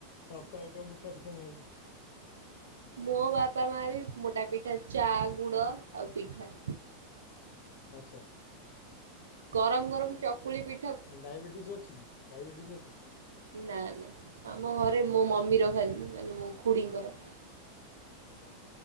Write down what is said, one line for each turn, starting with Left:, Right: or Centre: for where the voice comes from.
Left: ପାପା ହେରିକା ମୋଟା ପିଠା ଖାଇବେ।
Right: ମୋ ବାପା ମା ବି ମୋଟା ପିଠା ଚା ଗୁଡ ଆଉ ପିଠା।
Left: ଆଚ୍ଛା।
Right: ଗରମ ଗରମ ଚକୁଳି ପି
Left: ଡାଇବେଟିସ୍ ଅଛି ଡାଇବେଟିସ୍ ଅଛି।
Right: ନା ନା ଆମ ଘରେ ମୋ ମମିର ଖାଲି ମାନେ ମୋ ଖୁଡ଼ିଙ୍କର।
Left: ଓହୋ